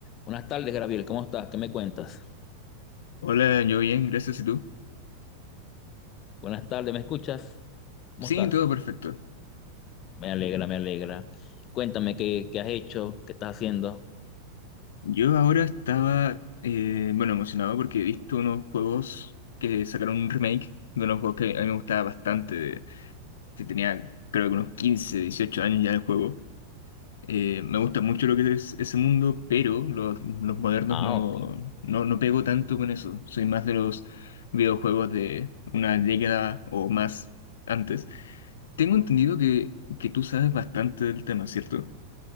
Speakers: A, on the left; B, on the left.
A: Buenas tardes, Gabriel. ¿Cómo estás? ¿Qué me cuentas?
B: Hola, yo bien, gracias. ¿Y tú?
A: Buenas tardes, ¿me escuchas? ¿Cómo
B: Sí,
A: estás?
B: todo perfecto.
A: Me alegra, me alegra. Cuéntame qué, qué has hecho, qué estás haciendo.
B: Yo ahora estaba, eh, bueno, emocionado porque he visto unos juegos que sacaron un remake de unos juegos que a mí me gustaba bastante. de- que tenía, creo que unos 15, 18 años ya el juego. Eh, me gusta mucho lo que es ese mundo, pero los, los modernos
A: Ah,
B: no,
A: ok.
B: no, no pego tanto con eso. Soy más de los videojuegos de una década o más antes. Tengo entendido que, que tú sabes bastante del tema, ¿cierto?